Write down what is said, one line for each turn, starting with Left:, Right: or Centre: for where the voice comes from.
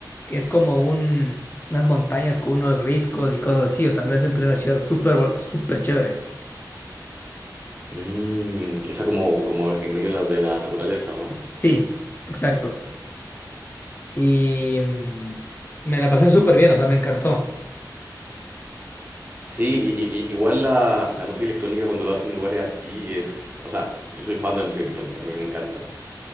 Left: que es como un, unas montañas con unos riscos y cosas así, o sea, no es en plena ciudad, súper, súper chévere.
Right: Mm, o sea, como, como en medio de la, de la naturaleza, ¿no?
Left: Sí, exacto. y mm, me la pasé súper bien, o sea, me encantó.
Right: Sí, y, y- y- igual la, la música electrónica cuando lo hacen en lugares así es, o sea, yo soy fan de la música electrónica, a mí me encanta.